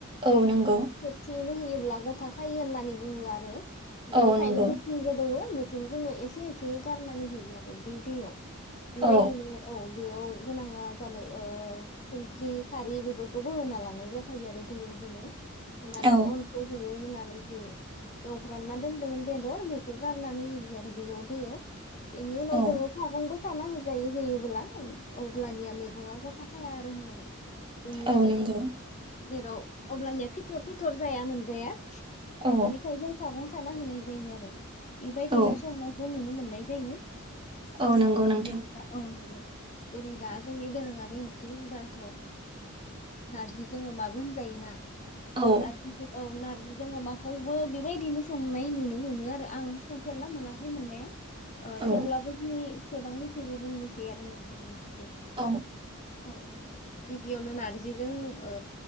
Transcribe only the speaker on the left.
<unintelligible> नो होयोब्ला गथ खायो होननानै बुङो आरो। बिनिखायनो
जेथिं गोदौवो बेथिं जोङो एसे एसे गारनानै होयो आरो बे दैयाव। बेबायदिनो
औ। बेयाव गोनाङा जाबाय ओ संख्रि खारि बेफोरखौबो होना लानाय जाखायो आरो दैयाव जोङो। होनानै
अनखौ होयो होना नै जे एवफ्रानना दोन्दोंदोंमोन बेदर बेखौ गारनानै होयो आरो बेयाव दैयाव। बेनि उनाव
जोङो सागंबो साना होजायो होयोबोब्ला अब्लानिया मैगङा गथा खाया आरो होननानै बुङो
आरो
जेराव अब्लानिया फि थर फिथर जाया मोनजाया
बिनिखायजों सागं साना होनाय जायो आरो बेबायदिनो
संनायखौ नु मोननाय जायो
अ
जेरैबा औ नंगौ जेरै दा जोंनि दोरोङारि ओंख्रि होनब्लाथ ओ नारजिजों अमाबो होनजायो ना
नारजिजों औ नार जों अमाखौबो बेबायदिनो संनाय नुनो मोनो आरो आं संफेरना मोनाखै मोननाया ओ
थेवब्लाबो दिनि बेसेबां मिथिगौ बुंनिसै आरो नोंथांनि
औ औ गिबियावनो नारजिजों ओ